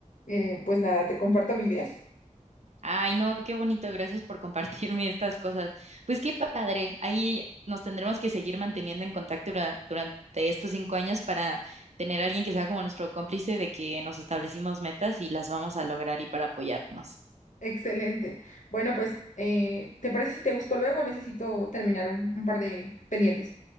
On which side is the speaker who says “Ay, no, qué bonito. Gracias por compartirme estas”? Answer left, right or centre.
Right